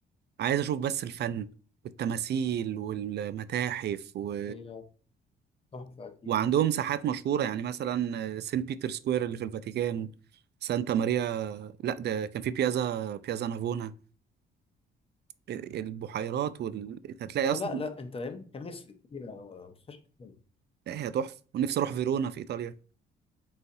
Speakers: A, on the right (about 55°); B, on the left (about 30°).
A: عايز اشوف بس الفن والتماثيل والمتاحف و...
B: هي تحفه اكيد
A: وعندهم ساحات مشهورة يعني مثلا سان بيتر سكوير اللي في الفاتيكان سانتا ماريا لا ده كان في بيازا بيازا نافونا آه، البحيرات وال... هتلاقي
B: اه
A: اصلا
B: لا لا انت يا ابني كنايس في ايطاليا ما فيهاش كلام.
A: لا هي تحفة ونفسي اروح فيرونا في ايطاليا